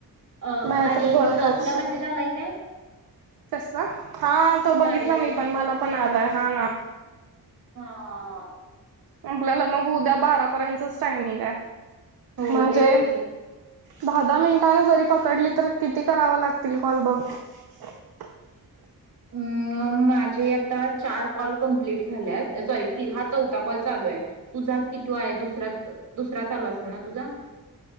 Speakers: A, on the right; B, on the right.
A: अ
B: नाहीतर
A: आणि
B: गोळ्या
A: ह्याच
B: खाशील
A: तुला मेसेज आलाय काय?
B: कसला, हा तो बघितला
A: कार्याच?
B: मी, पण मला पण आलाय हा ना.
A: हा आ
B: आपल्याला मग उद्या बारापर्यंतच टायमिंग आहे.
A: हो
B: म्हणजे?
A: तेच की.
B: दहा दहा मिनिटांला जरी पकडली तर किती करावं लागतील कॉल बघ. <inaudible>
A: अ माझे आता चार कॉल कंप्लीट झालेत, सॉरी हा तीन हा चौ आता कॉल चालू हे. तुझा कितवा हे दुस -दुसरा चालू असेल ना तुझा?